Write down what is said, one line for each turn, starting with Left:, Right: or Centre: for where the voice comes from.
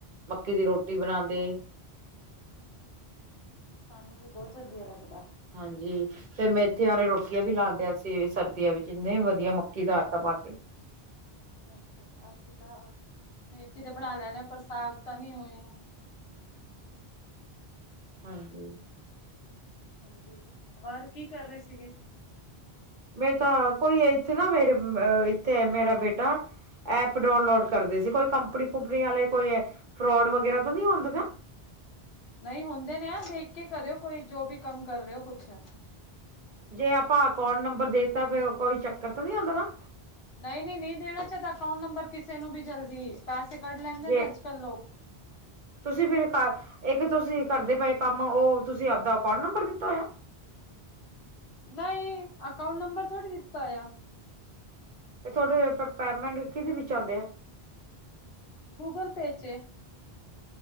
Right: ਮੱਕੀ ਦੀ ਰੋਟੀ ਬਣਾਦੇ।
Left: ਸਾਨੂੰ ਵੀ ਬਓਤ ਵਦੀਆ ਲੱਗਦਾ।
Right: ਹਾਂਜੀ। ਤੇ ਮੈਂਥੀ ਵਾਲੇ ਰੋਟੀਆਂ ਵੀ ਲਾ ਦਿਆ ਸੀ ਸਰਦੀਆਂ ਵਿਚ ਇੰਨੇ ਵਧੀਆ ਮੱਕੀ ਦਾ ਆਟਾ ਪਾ ਕੇ।
Left: ਅੱਛਾ, ਅਸੀਂ ਤਾਂ ਮੇਥੀ ਤੇ ਬਣਾ ਲੈਣੇ ਆਂ ਪਰ ਸਾਗ ਤਾਂ ਨਨੀਂ ਓਏ
Right: ਹੰਜੀ।
Left: ਹਾਂਜੀ, ਹੋਰ ਕੀ ਕਰ ਰੇ ਸੀਗੇ?
Right: ਮੈ ਤਾਂ ਕੋਈ ਏ ਏਥੇ ਨਾ ਮੇਰੇ ਅ ਏਥੇ ਮੇਰਾ ਬੇਟਾ ਐਪ ਡਾਊਨਲੋਡ ਕਰਦੇ ਸੀ। ਕੋਈ ਕੰਪਨੀ-ਕੁੰਪਨੀ ਆਲੇ ਕੋਈ ਫਰੋਡ ਵਗੈਰਾ ਤਾਂ ਨੀਂ ਹੁੰਦਾ ਨਾ?
Left: ਨਈਂ ਹੁੰਦੇ ਨੇ ਆ ਦੇਖ ਕੇ ਕਰਿਓ, ਕੋਈ ਜੋ ਵੀ ਕੰਮ ਕਰ ਰੇ ਓ ਕੁਛ।
Right: ਜੇ ਆਪਾਂ ਅਕੋਂਟ ਨੰਬਰ ਦੇਤਾ ਕੋਈ ਚੱਕਰ ਤਾਂ ਨੀਂ ਹੁੰਦਾ ਨਾ?
Left: ਨਈਂ-ਨਈਂ, ਨੀਂ ਦੇਣਾ ਚਦਾ ਅਕਾਊਂਟ ਨੰਬਰ ਕਿਸੇ ਨੂੰ ਵੀ ਜਲਦੀ ਪੈਸੇ ਕੱਢ ਲੈਂਦੇ
Right: ਜੇ
Left: ਨੇ ਅੱਜ ਕੱਲ ਲੋਕ।
Right: ਤੁਸੀਂ ਫੇਰ ਇੱਕ ਏਕ ਤੁਸੀਂ ਕਰਦੇ ਪਏ ਕੰਮ ਓ ਤੁਸੀਂ ਆਪਦਾ ਅਕਾਊਂਟ ਨੰਬਰ ਦਿੱਤਾ ਹੋਇਆ?
Left: ਨਈਂ, ਅਕਾਊਂਟ ਨੰਬਰ ਥੋੜ੍ਹੀ ਦਿੱਤਾ ਹੋਯਾ।
Right: ਫੇਰ ਥੋਡੇ ਪੇਮੈਂਟ ਕਿਦੇ ਵਿੱਚ ਆਂਦੇ ਆ?
Left: ਗੂਗਲ ਪੇ 'ਚ।